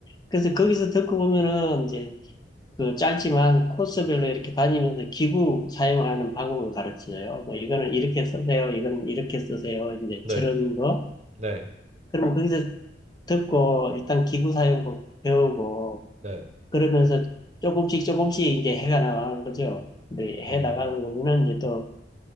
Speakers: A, on the left (about 20°); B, on the right (about 35°).
A: 그래서 거기서 듣고 보면은 이제 그 짧지만 코스별로 이렇게 다니면서 기구 사용하는 방법을 가르쳐줘요. 뭐 이거는 이렇게 쓰세요. 이건 이렇게 쓰세요. 이제
B: 네.
A: 저런 거.
B: 네,
A: 그러면 거기서 듣고 일단 기구 사용법 배우고
B: 네,
A: 그러면서 조금씩 조금씩 이제 해가 나가는 거죠. 근데 해
B: 음,
A: 나가는 거는 이제 또